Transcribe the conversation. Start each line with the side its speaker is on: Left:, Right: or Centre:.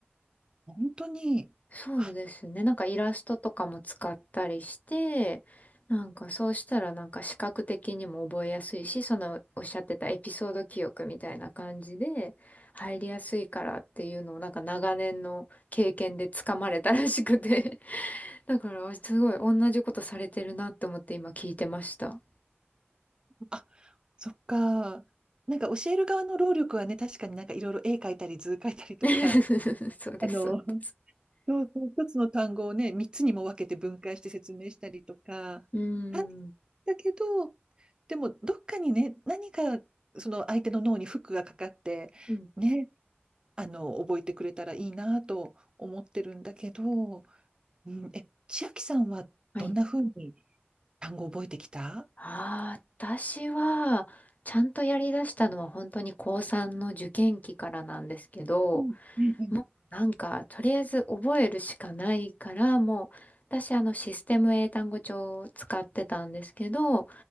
Right: 本当に、
Left: そうですね。
Right: はい
Left: なんかイラストとかも使ったりして、なんかそうしたらなんか視覚的にも覚えやすいし、そのおっしゃってたエピソード記憶みたいな感じで入りやすいからっていうのをなんか長年の経験でつかまれたらしくて。<laughs> だからすごい同じことされてるなって思って今聞いてました。
Right: あ、そっか。なんか教える側の労力はね、確かになんかいろいろ絵描いたり図描いたりとか、
Left: <laughs>
Right: <laughs>
Left: そうです、
Right: あの、
Left: そうです。
Right: そうそう、一つの単語をね、三つにも分けて分解して説明したりとか、
Left: うー
Right: 大変
Left: ん。
Right: だけど、でもどっかにね、何かその相手の脳にフックがかかって、
Left: うん。
Right: ね、あの、覚えてくれたらいいなと思ってるんだけど、うん、え、千秋さんはどんな風に
Left: はい。
Right: 単語を覚えてきた
Left: ああ、私は、ちゃんとやりだしたのは本当に高3の受験期からなんですけど、
Right: うんうんうん
Left: もうなんか、とりあえず覚えるしかないから、もう、私あのシステム英単語帳を使ってたんですけど、